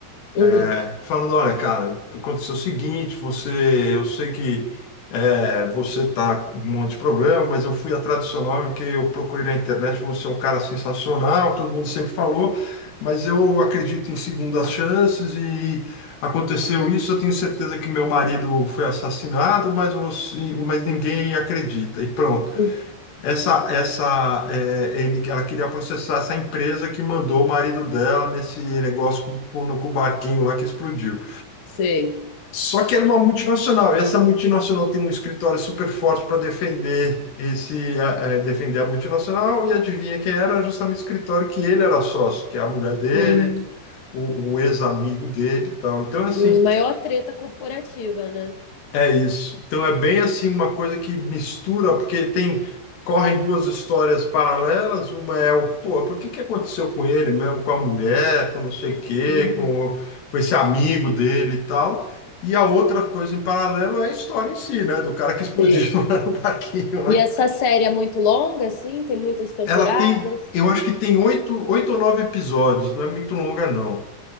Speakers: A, on the left; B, on the left.
A: uhum,
B: É, falando, olha, cara, aconteceu o seguinte, você, eu sei que é, você tá com um monte de problema, mas eu fui atrás do seu nome porque eu procurei na internet, você é um cara sensacional, todo mundo sempre falou, mas eu acredito em segundas chances e aconteceu isso, eu tenho certeza que meu marido foi assassinado, mas você, mas ninguém acredita. E pronto.
A: uhum.
B: Essa, essa, é, ele- ela queria processar essa empresa que mandou o marido dela nesse negócio com, com, com o barquinho lá que explodiu.
A: Sei.
B: Só que era uma multinacional, e essa multinacional tem um escritório super forte para defender esse a- a- defender a multinacional, e adivinha quem era? Justamente o escritório que ele era sócio, que é a mulher dele,
A: Hum,
B: o, o ex-amigo dele e tal. Então, assim,
A: hum, maior treta corporativa, né?
B: é isso. Então é bem assim uma coisa que mistura, porque tem correm duas histórias paralelas, uma é o, pô, por que que aconteceu com ele mesmo, com a mulher, com não sei o quê,
A: Uhum,
B: com, com esse amigo dele e tal. E a outra coisa em paralelo é a história em si, né, do cara que explodiu
A: Sei.
B: <laughs> lá no parquinho lá.
A: E essa série é muito longa, assim? Tem muitas temporadas?
B: Ela tem, eu acho que tem oito, oito ou nove episódios, não é muito longa não.